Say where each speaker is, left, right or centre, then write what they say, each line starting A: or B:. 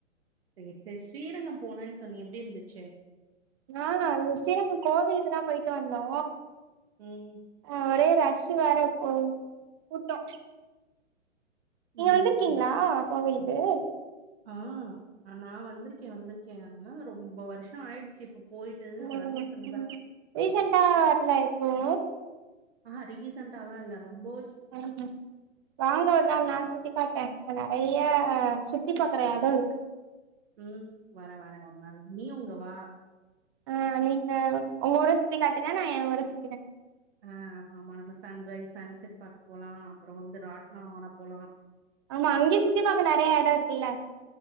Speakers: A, on the right (about 55°); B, on the right (about 20°).
A: சேர் சேர் ஸ்ரீரங்கம் போனேன் சொன்னியே எப்டி இருந்துச்சு
B: நானா ஸ்ரீரங்கம் கோவிலுக்கு தா போயிட்டு வந்தோ
A: ம்
B: அ ஒரே ரஷ்ஷு வேற போ கூட்டோ நீங்க
A: ம்
B: வந்திருக்கீங்ளா
A: சரி
B: கோவிலுக்கு
A: ஆ நா வந்திருக்கே வந்திருக்கே ஆனா ரொம்ப வருஷ ஆயிடுச்சு இப்ப போயிட்டு
B: ம்
A: வரணு திரும்ப
B: ம் ரீசெண்டா வரல எப்பவும்
A: ஆ ரீசன்ட்டாலா இல்ல ரொம்போ
B: ம்ஹும் வாங்க ஒரு நாள் நா சுத்தி காட்றே இங்க நெறையா சுத்தி பாக்குற எடோ இருக்
A: ம் வரே வரே ஒரு நாள் நீயு உங்க வா
B: ஆ நீங்க உங்க ஊர சுத்தி காட்டுங்க நா எ ஊர சுத்தி காட்
A: ஆ ஆமாமா நம்ம சன்ரைஸ் சன்செட் பாக்க போலா அப்பற வந்து ராட்ன ஆட போலா
B: ஆமா அங்கே சுத்தி பாக்க நெறய எடோ இருக்குல்ல